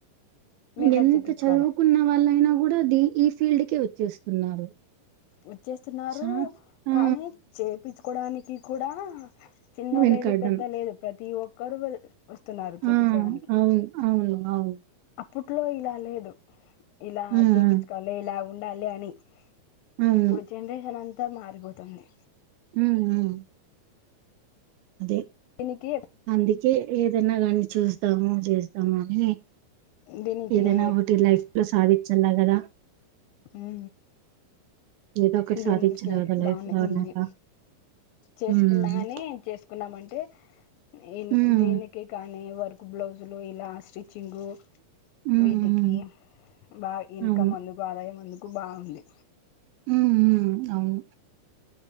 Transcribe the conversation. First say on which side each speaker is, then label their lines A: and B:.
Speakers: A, on the left; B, on the right.
A: మేకప్
B: ఎంత
A: చేపించుకోవాలా
B: చదువుకున్న వాళ్ళయినా కూడా డి ఈ ఫీల్డ్కే వచ్చేస్తున్నారు
A: వచ్చేస్తున్నారు
B: చా ఆ
A: కానీ చేయించుకోడానికి కూడా చిన్న
B: వెనుకాడ్డం
A: లేదు పెద్ద లేదు ప్రతి ఒక్కరుూ వెల్ వస్తున్నారు
B: ఆ
A: చేయిించుకోడానికి
B: అవును అవును అవును
A: అప్పుట్లో ఇలా లేదు ఇలా
B: హ్మ్
A: చేపించుకోవాలి
B: హ్మ్
A: ఇలా ఉండాలి అని
B: అవును
A: ఇప్పుడు జనరేషన్ అంతా మారిపోతంది
B: ఉ ఉ అదే
A: దీనికి
B: అందికే ఏదైన్నా గాని చూస్తాం తమో చేస్తామో అని
A: దీనికి
B: ఏదైనా ఒకటి లైఫ్ లో సాధించలా కదా
A: ఉ
B: ఏదో ఒకటి సాధించల్ల
A: దీనికి ఫీల్
B: గదా లైఫ్
A: బాగునే
B: లో అన్నాక
A: ఉంది చేసుకున్నా
B: హ్మ్
A: కాని చేసుకున్నామంటే అంటే ఇన్
B: హ్మ్
A: దీనికి కానీ వర్క్ బ్లౌజులు ఇలా స్టిచ్చింగ్
B: హ్మ్
A: వీటికి
B: హ్మ్
A: బా ఇన్కమ్
B: అవును
A: అందుకు ఆదాయం అందుకు బాగుంది
B: ఉ ఉ అవును